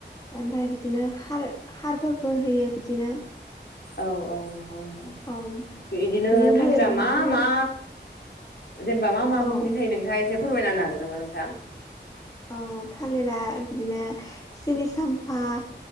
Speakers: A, on the left (about 20°); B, on the left (about 60°).
A: ओमफ्राय बिदिनो खार खारफोरबो होयो बिदिनो
B: औ नंगौ नोंथां
A: अ
B: बिदिनो
A: बिनि उनाव
B: थालिरा
A: जों
B: मा
A: थालिर
B: मा जेनेबा मा मा
A: औ
B: मुंनि थायो नोंथाङा एसे फोरमायना हागोन नामा नोंथां
A: औ थालिरा बिदिनो सिनि सामफा